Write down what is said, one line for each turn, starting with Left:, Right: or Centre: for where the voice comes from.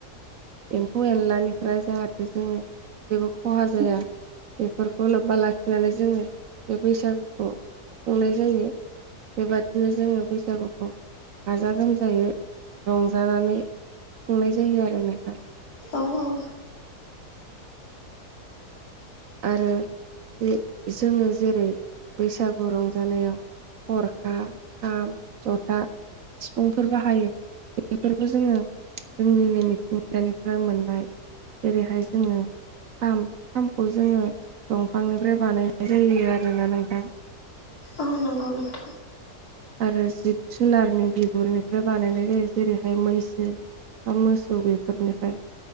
Right: एम्फौ एनलानिफ्राय जाहाथे जों जेबो खहा जाया बेफोरखौ लोब्बा लाखिनानै जोङो बे बैसागुखौ खुंनाय जायो बेबादिनो जोङो बैसागुखौ गाजा गोमजायै रंजानानै खुंनाय जायो आरो नोंथां
Left: औ औ
Right: आरो बे जोङो जेरै बैसागु रंजानायाव थरखा खाम जथा सिफुंफोर बाहायो। बेफोरखौ जोङो जोंनि नै मिथिंगानिफ्राय मोननाय जेरैहाय जोङो खाम खौ जोङो दंफांनिफ्राय बानायनाय जायो आरोना नोंथां
Left: औ नंगौ नोंथां
Right: आरो जिब जुनारनि बिगुरनिफ्राय बानायनाय जायो जेरैहाय मैसो बा मोसौ बेफोरनिफ्राय